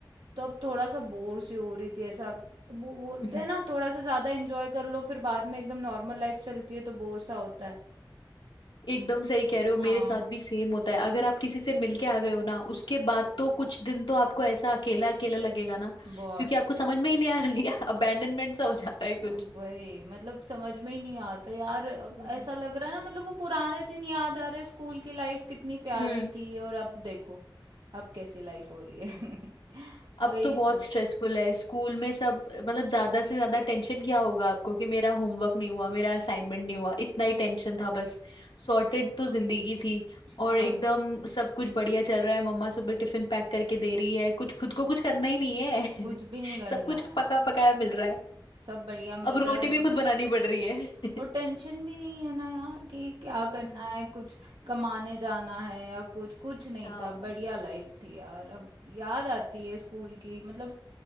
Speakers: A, on the right; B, on the left.
A: तो अब थोड़ा सा बोर सी हो रही थी ऐसा वो बोलते
B: <laughs>
A: हैं ना थोड़ा सा ज्यादा एंजॉय कर लो फिर बाद में एकदम नॉर्मल लाइफ चलती है तो बोर सा होता है
B: एकदम सही कह रहे हो मेरे
A: हाँ
B: साथ भी सेम होता है अगर आप किसी से मिलके आ गए हो ना उसके बाद तो कुछ दिन तो आपको ऐसा अकेला अकेला लगेगा ना
A: बहुत
B: क्योंकि आपको समझ में ही नहीं आ रही अबैंडनमेंट <laughs> सा हो जाता है कुछ
A: अ, वही मतलब समझ में ही नहीं आता यार अब
B: हम्म
A: ऐसा लग रहा है ना मतलब वो पुराने दिन याद आ रहे स्कूल की लाइफ कितनी प्यारी
B: हम्म
A: थी और अब देखो अब कैसी लाइफ हो रही है <laughs> वही
B: अब तो बहुत
A: सब
B: स्ट्रेसफुल है स्कूल में सब मतलब ज्यादा से ज्यादा टेंशन क्या होगा आपको कि मेरा होमवर्क नहीं हुआ मेरा असाइनमेंट नहीं हुआ इतना ही टेंशन था बस सॉर्टेड तो जिंदगी थी
A: और
B: और एकदम सब कुछ बढ़िया चल रहा है मम्मा सुबह टिफिन पैक करके दे रही है कुछ खुद को कुछ करना ही नहीं है
A: कुछ
B: <laughs>
A: भी नहीं करना
B: सब कुछ
A: है
B: पका पकाया मिल रहा है
A: सब बढ़िया मिल
B: अब
A: रहा
B: रोटी
A: है
B: भी खुद बनानी पड़ रही है <laughs>
A: और टेंशन भी नहीं है ना यार कि क्या
B: हम्म
A: करना है कुछ कमाने जाना है या कुछ कुछ नहीं
B: हाँ
A: था बढ़िया लाइफ थी यार अब याद आती है स्कूल की मतलब